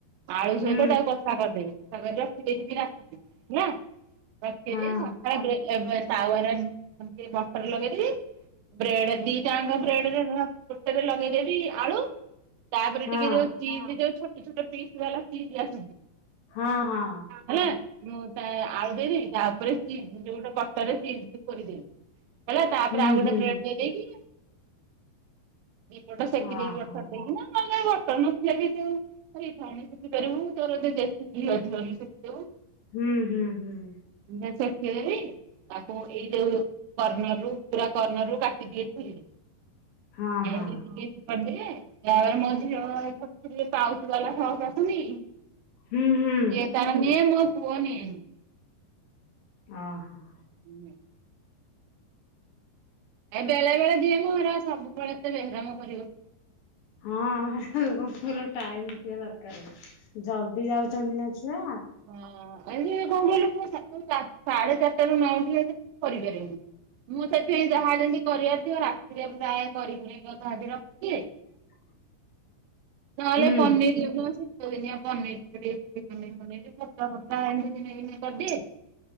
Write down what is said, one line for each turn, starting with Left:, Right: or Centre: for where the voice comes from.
Right: ଆଳୁ
Left: ହୁଁ
Right: ସହିତ ତାକୁ କଷା କରି ଦେବି କରି ରଖି ଦେଇଥିବି ହେଲା। ରଖି
Left: ହଁ
Right: ଦିଏ ସଖାଳୁ ବେଲେ ଏ ତାଉଆ ରେ ଟେ ବଟର ଲଗେଇ ଦବି ବ୍ରେଡ ଦି ଟାଙ୍କ ବ୍ରେଡ ଗୋଟେ ରେ ମୁଁ ଗୋଟେ ରେ ଲଗେଇଦେବି ଆଳୁ। ତାପରେ
Left: ହଁ
Right: ଟିକେ ଯୋଉ ଚିଜ୍ ଯୋଉ ଛୋଟ କିଛି ଗୋଟେ ପିସ୍ ରା ଲାଗିକି ଆସୁଛି।
Left: ହଁ ହଁ।
Right: ହେଲା ମୁଁ ତା ଆଳୁ ଦେଇ ଦେବି। ତାପରେ ସି ଯ ଗୋଟେ କଟରେ ସି କୋରି ଦିଏ। ହେଲା ତାପରେ
Left: ହୁଁ
Right: ଆଉ ଗୋଟେ
Left: ହୁଁ
Right: ବ୍ରେଡ ଦେଇ ଦେଇକି ଦି ପଟ ସେକି
Left: ଓହୋ
Right: ଦେଇକି ବଟର ଦେଇକି ନା ନେ ବଟ ଛେଲି ଯୋଉ ସେଇ ଶିଖି ପାରିବୁ ତୋର ରେସିପି ଅଛିି ବୋଲି ଶିଖିବୁ।
Left: ହୁଁ, ହୁଁ, ହୁଁ।
Right: ଯେ ସେକି ଦେବି। ତାକୁ ଏଇ ଯୋଉ କର୍ଣ୍ଣର ରୁ ପୁରା କର୍ଣ୍ଣର ରୁ କାଟି ଦେଇ ଥିଲି।
Left: ହଁ ହଁ
Right: ଏମ୍ ତି ଟିକେ କରି ଦିଏ। ତାପରେ ମୋ ଝିଅ ପାଉଜ ବାଲା ଫସ ଅଛନ୍ତି।
Left: ହୁଁ, ହୁଁ।
Right: ସିଏ ତାର ନିଏ ମୋ ପୁଆ ନିଏ ନି।
Left: ଅ, ହଁ।
Right: ହୁଁ। ଏ ବେଳେ ବେଳେ ଦିଏ, ମୋ ଏଣେ ଆଉ ସବୁବେଳେ ତେ ବେହେ ରାମ କରିବ।
Left: ହଁ, ପପୁଲାର ଟାଇମ୍ ଥିବା ଦରକାର। ଜଲଦି ଯାଉଛନ୍ତି ନା ଛୁଆ।
Right: ହଁ ଇଏ କଣ କହିଲୁୁ ମୁ ସଖାଳୁ ସାଢେ ଚାରିଟା ର ନୁଥିଲେ ତ କିଛି କରି ପାରିନି। ମୁଁ ସେଥିପାଇଁ ଯାହା ଯେମିତି କରିବାର ଥିବ ରାତିରେ ପ୍ରାୟ କରିବିନି ଯ ଯାହା ରଖି ଦିଏ।
Left: <unintelligible>
Right: ନ ହେଲେ
Left: ହୁଁ
Right: ପନିର <unintelligible> ଶୀତ ଦିନିଆ ପନିର। <unintelligible> ନେଇ ଫଟା ଫଟା ଏମିତି ଦିନେ ଦିନେ କରିଦିଏ।